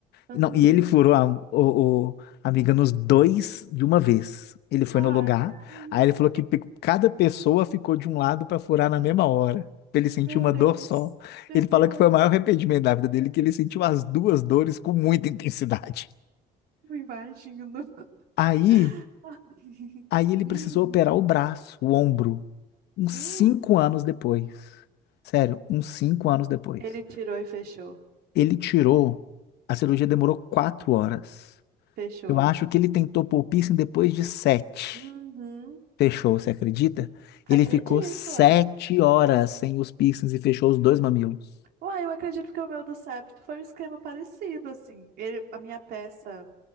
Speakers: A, on the right; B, on the left.
A: Hum.
B: Não, e ele furou a, o, o- a amiga nos dois de uma vez. Ele foi
A: Ai,
B: no lugar,
A: ai.
B: aí ele falou que pe- cada pessoa ficou de um lado para furar na mesma hora, pra ele sentir
A: Meu
B: uma
A: Deus.
B: dor só.
A: Meu
B: Ele
A: Deus.
B: fala que foi o maior arrependimento da vida dele, que ele sentiu as duas dores com muita intensidade.
A: Eu imagino. <laughs>
B: Aí,
A: Ai.
B: aí ele
A: Hum.
B: precisou operar o braço, o ombro. uns
A: Hum.
B: cinco anos depois. Sério, uns cinco anos depois.
A: Ele tirou e fechou.
B: Ele tirou. A cirurgia demorou quatro horas.
A: Fechou.
B: Eu acho que ele tentou pôr o piercing depois de sete.
A: Uhum.
B: Fechou, você acredita? Ele
A: Acredito,
B: ficou sete
A: ai.
B: horas sem os piercings e fechou os dois mamilos.
A: Uai, eu acredito que o meu do septo foi um esquema parecido, assim. Ele, a minha peça,